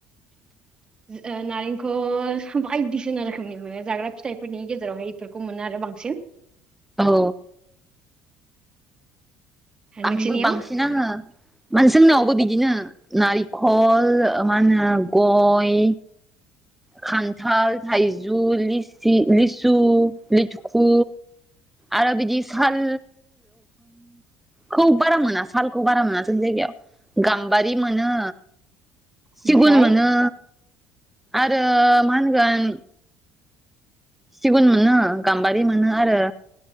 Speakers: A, in the centre; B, on the right (about 25°).
A: <inaudible>
B: ओ नारेंखल बायदिसिना रोखोमनि मोनो जाग्रा फिथाइफोरनि गेजेरावहाय इफोरखौ मोनो आरो बांसिन <unintelligible>
A: औ आंबो
B: नोंसोरनियाव
A: बांसिन आङो माने जोंनावबो बिदिनो नारि खल मा‌ ओनो गय खान्थाल, थाइजु, लिसि लिसु, लिटुखु आरो बिदि साल खौ बारा मोना सालखौ बारा मोना जोंनि जायगायाव गाम्बारि मोनो सिगुन
B: ओमफ्राय
A: मोनो आरो मा होनगोन सिगुन मोनो गाम्बारि मोनो आरो